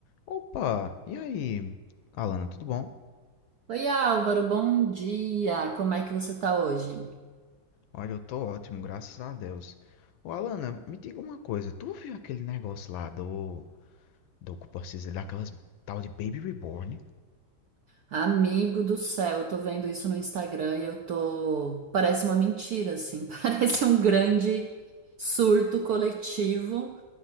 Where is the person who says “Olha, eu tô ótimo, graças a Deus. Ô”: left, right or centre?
Left